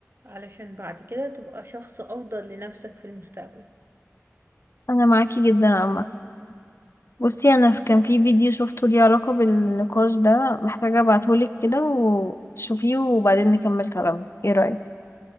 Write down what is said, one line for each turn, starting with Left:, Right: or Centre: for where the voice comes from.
Right: علشان بعد كده تبقى شخص افضل لنفسك في المستقبل
Left: انا معاكي جدا عامه بصي انا في- كان في فيديو شفته ليه علاقة بالنقاش ده محتاجة ابعتهولك كده وتشوفيه وبعدين نكمل كلامنا ايه رأيك